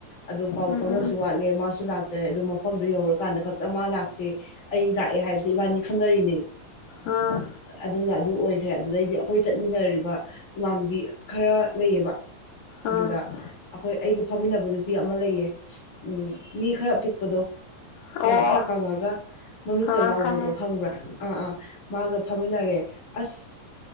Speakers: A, on the left; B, on the left.
A: ꯑꯗꯨ ꯄꯥꯎ
B: ꯎꯝ
A: ꯐꯥꯎꯅꯕꯁꯨ
B: ꯎꯝ
A: ꯋꯥꯠꯂꯦ ꯃꯥꯁꯨ ꯂꯥꯛ ꯇꯦ ꯑꯗꯨ ꯃꯐꯝꯗꯨ ꯌꯧꯔꯀꯥꯟꯗ ꯈꯛꯇ ꯃꯥ ꯂꯥꯛꯇꯦ ꯑꯩ ꯂꯥꯛꯑꯦ ꯍꯥꯏꯕꯁꯤ ꯏꯕꯥꯅꯤ ꯈꯪꯅꯔꯤꯅꯦ
B: ꯎꯝ
A: ꯑꯗꯨꯅ ꯑꯗꯨ ꯑꯣꯏꯈ꯭ꯔꯦ ꯑꯗꯨꯗꯩꯗꯤ ꯑꯩꯈꯣꯏ ꯆꯠꯃꯤꯟꯅꯔꯤꯕ ꯏꯃꯥꯟꯅꯕꯤ ꯈꯔ ꯂꯩꯌꯦꯕ
B: ꯎꯝ
A: ꯑꯗꯨꯗ ꯑꯩꯈꯣꯏ ꯑꯩꯒ ꯐꯝꯃꯤꯟꯅꯕ ꯅꯨꯄꯤ ꯑ ꯑꯃ ꯂꯩꯌꯦ ꯎꯝ ꯃꯤ ꯈꯔ ꯄꯤꯛꯄꯗꯣ
B: ꯑꯣ
A: ꯌꯥꯝ ꯈꯔ ꯀꯪꯉꯒ ꯃꯃꯤꯠꯀ
B: ꯑꯥ
A: ꯂꯥꯎꯕꯗꯣ
B: ꯈꯪꯉꯦ
A: ꯈꯪꯕ꯭ꯔꯥ ꯑꯥ ꯑꯥ ꯃꯥꯒ ꯐꯝꯃꯤꯟꯅꯔꯦ ꯑꯁ